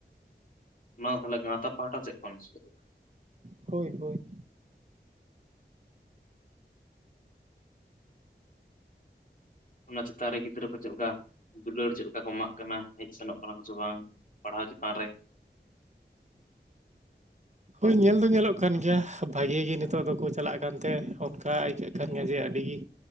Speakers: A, on the left; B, on the right.
A: ᱚᱱᱟ ᱫᱚ ᱛᱟᱦᱚᱞᱮ ᱜᱟᱶᱛᱟ ᱯᱟᱦᱟᱴᱟ ᱪᱮᱫ ᱠᱷᱚᱱ ᱥᱮ ᱪᱮᱫ?
B: ᱦᱳᱭ ᱦᱳᱭ,
A: ᱚᱱᱟ ᱪᱮᱛᱟᱱ ᱨᱮ ᱜᱤᱫᱽᱨᱟᱹ ᱠᱚ ᱪᱮᱫ ᱞᱮᱠᱟ ᱫᱩᱞᱟᱹᱲ ᱪᱮᱫ ᱞᱮᱠᱟ ᱠᱚ ᱮᱢᱟᱜ ᱠᱟᱱᱟ ᱦᱮᱡ ᱥᱮᱱᱚᱜ ᱠᱟᱱᱟ ᱠᱚᱥᱮ ᱵᱟᱝ ᱯᱟᱲᱦᱟᱣ ᱪᱮᱛᱟᱱ ᱨᱮ᱾
B: ᱦᱳᱭ ᱧᱮᱞ ᱫᱚ ᱧᱮᱞᱚᱜ ᱠᱟᱱ ᱜᱮᱭᱟ ᱵᱷᱟᱜᱮ ᱜᱮ ᱱᱤᱛᱚᱜ ᱫᱚᱠᱚ ᱪᱟᱞᱟᱜ ᱠᱟᱱᱛᱮ ᱚᱱᱠᱟ ᱟᱹᱭᱠᱟᱹᱜ ᱠᱟᱱ ᱜᱮᱭᱟ ᱡᱮ ᱟᱹᱰᱤ ᱜᱤ